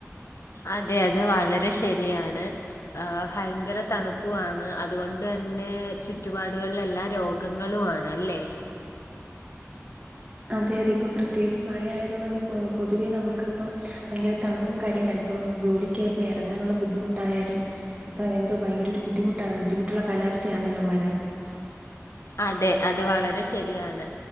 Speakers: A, on the left (about 65°); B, on the right (about 20°).
A: അതെ അത് വളരെ ശെരിയാണ് ആ ഭയങ്കര തണുപ്പാണ് അതുകൊണ്ട് തന്നെ ചുറ്റുപാടുകളിലെല്ലാം എല്ലാ രോഗം ഗങ്ങളുമാണ് അല്ലേ?
B: അതെ അതെ ഇപ്പൊ പ്രത്യേകിച്ച് മഴയായത് കൊണ്ട് തന്നെ പൊതുവെ നമുക്ക്. ഇപ്പം ഭയങ്കര തണുപ്പും കാര്യങ്ങളല്ലേ ഇപ്പം ജോലിക്ക് ഇപ്പോൾ ഇറങ്ങാനുള്ള ബുദ്ധിമുട്ടായാലും. ഇപ്പൊ എന്തോ ഭയങ്കര ഒരു ബുദ്ധിമുട്ടാണ് ബുദ്ധിമുട്ടുള്ള കാലാവസ്ഥയാണല്ലോ മഴ.
A: അതെ അത് വളരെ ശരിയാണ്.